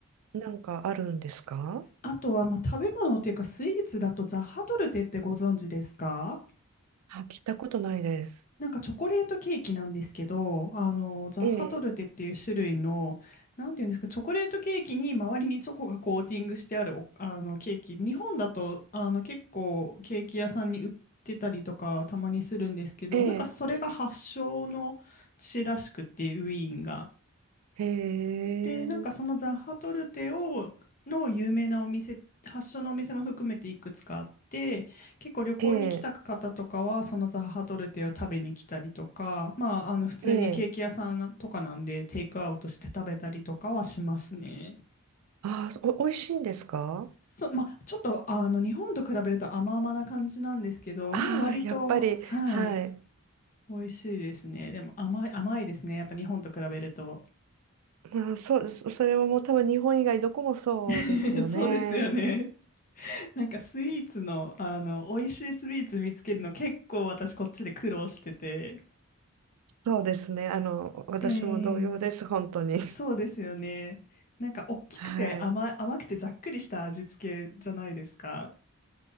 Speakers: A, on the right; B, on the left.
A: なんかあるんですか
B: あとは、まあ、食べ物っていうかスイーツだとザッハトルテってご存知ですか
A: あ、聞いたことないです。
B: なんかチョコレートケーキなんですけど、あのザッハトルテっていう種類の、
A: ええ、
B: なんていうんですか、チョコレートケーキに周りにチョコがコーティングしてあるおあのケーキ、日本だとあの結構ケーキ屋さんに売ってたりとかたまにするんですけど、
A: ええ、
B: なんかそれが発祥の地らしくて、ウィーンが。
A: へえ、
B: で、なんかそのザッハトルテを、の有名なお店、発祥のお店も含めていくつかあって、結構旅行に来た方とかは、
A: ええ、
B: そのザッハトルテを食べに来たりとか、まあ、あの普通にケーキ屋さんとかなんで、
A: ええ、
B: テイクアウトして食べたりとかはしますね。
A: ああ、お、おいしいんですか
B: そ、まあ、ちょっとあの日本と比べると甘々な感じなんですけど、
A: ああ、
B: まあ、割と、
A: やっぱり、
B: はい、
A: はい。
B: 美味しいですね。でも甘い、甘いですね。やっぱ日本と比べると。
A: まあ、そう、そそれはもう多分日本以外どこもそうですよね。
B: <laughs> そうですよね。なんかスイーツの、あの、美味しいスイーツ見つけるの結構私こっちで苦労してて。
A: そうですね。あの、私も同様です、
B: えー
A: 本当に。
B: そうですよね。なんか大きくて甘、
A: <laughs> はい。
B: 甘くてざっくりした味付けじゃないですか。